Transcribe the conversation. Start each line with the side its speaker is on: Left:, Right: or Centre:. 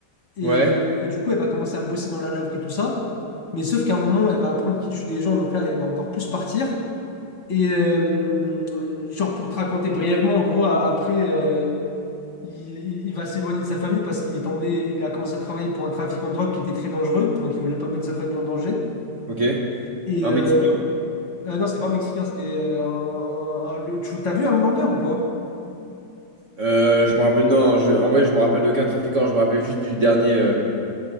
Left: Et,
Right: Ouais,
Left: euh, et du coup, elle va commencer à bosser dans la laverie, tout ça. Mais sauf qu'à un moment, elle va apprendre qu'il tue des gens, donc là, elle va encore plus partir. Et euh, genre, pour te raconter brièvement, en gros, a- après, euh, il, il- il va s'éloigner de sa famille parce qu'il est tombé, il a commencé à travailler pour un trafiquant de drogue qui était très dangereux, donc il voulait pas mettre sa famille en danger.
Right: ok.
Left: Et,
Right: Un
Left: euh,
Right: Mexique.
Left: euh, non, c'était pas mexicain, c'était euh, un, un- un- le- tu- T'as vu Homelander ou pas?
Right: Euh, je me rappelle, non, je- en vrai, je me rappelle d'aucun trafiquant. Je me rappelle juste du dernier, euh,